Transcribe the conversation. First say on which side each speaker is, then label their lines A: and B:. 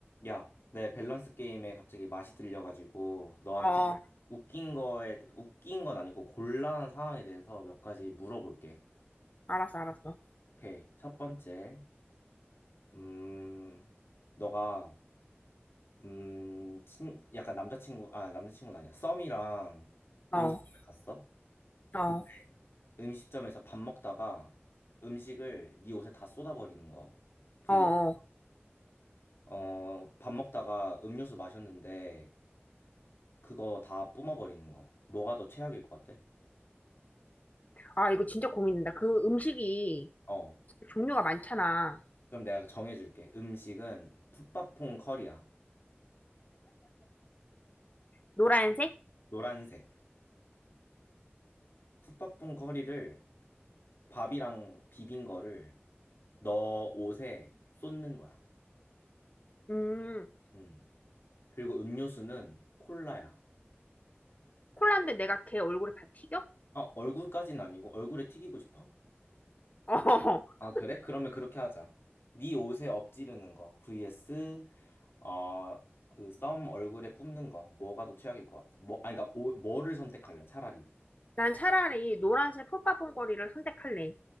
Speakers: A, on the left; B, on the left.
A: 야, 내 밸런스 게임에 갑자기 맛이 들려가지고 너한테
B: 어,
A: 웃긴 거에 웃긴 건 아니고 곤란한 상황에 대해서 몇 가지 물어볼게.
B: 알았어, 알았어.
A: 오케이. 첫 번째, 음, 너가 음, 친, 약간 남자친구 아 남자친구는 아니야. 썸이랑
B: 어,
A: 음식점에 갔어.
B: 어,
A: 근데 음식점에서 밥 먹다가 음식을 네 옷에 다 쏟아버리는 거. vs
B: 어, 어.
A: 어, 밥 먹다가 음료수 마셨는데 그거 다 뿜어버리는 거. 뭐가 더 최악일 것 같아?
B: 아, 이거 진짜 고민된다. 그 음식이
A: 어,
B: 종류가 많잖아.
A: 그럼 내가 정해줄게. 음식은 풋밥퐁 커리야.
B: 노란색?
A: 노란색. 풋밥퐁 커리를 밥이랑 비빈 거를 너 옷에 쏟는 거야.
B: 음,
A: 음. 그리고 음료수는 콜라야.
B: 콜라인데 내가 걔 얼굴에 다 튀겨? 어,
A: 어, 얼굴까진 아니고 얼굴에 튀기고 싶어?
B: <laughs>
A: 아, 그래? 그러면 그렇게 하자. 네 옷에 엎지르는 거 vs 어, 그 썸 얼굴에 뿜는 거 뭐가 더 최악일 것 같아? 뭐, 아니 그러니까 오- 뭐를 선택할래? 차라리
B: 난 차라리 노란색 풋바퐁거리를 선택할래.